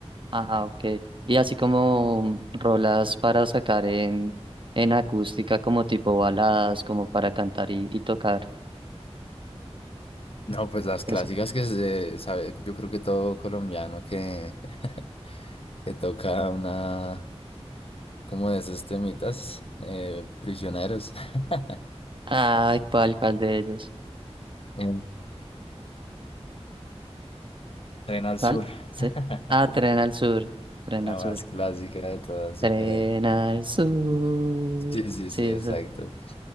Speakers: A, on the right (about 50°); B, on the left (about 60°).
A: Ajá, ok. Y así como rolas para sacar en, en acústica, como tipo baladas, como para cantar y, y tocar.
B: No, pues las clásicas
A: Eso.
B: que se sabe, yo creo que todo colombiano que, <laughs> que toca una, como es este mitas? Eh, prisioneros. <laughs>
A: Ay, ¿cuál, cuál de ellos?
B: Eh, Tren al sur.
A: ¿Cuál? Sí.
B: <laughs>
A: Ah, Tren al Sur. Tren
B: La
A: al Sur.
B: más clásica de todas, yo
A: Tren
B: creo.
A: al Sur.
B: Sí, sí,
A: Sí,
B: sí,
A: eso.
B: exacto.